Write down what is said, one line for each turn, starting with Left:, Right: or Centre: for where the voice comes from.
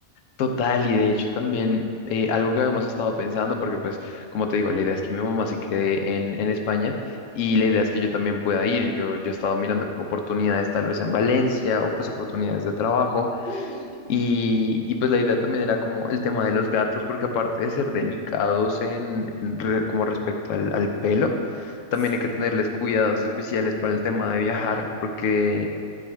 Left: Total, y de hecho también eh, algo que habíamos estado pensando, porque pues como te digo, la idea es que mi mamá se quede en, en España y la idea es que yo también pueda ir. Yo, yo he estado mirando como oportunidades tal vez en Valencia o pues oportunidades de trabajo
Right: Mm,
Left: y,
Right: ujú.
Left: y pues la idea también era como el tema de los gatos, porque aparte de ser delicados en, en re- como respecto al, al pelo,
Right: Sí.
Left: también hay que tenerles cuidados especiales para el tema de viajar, porque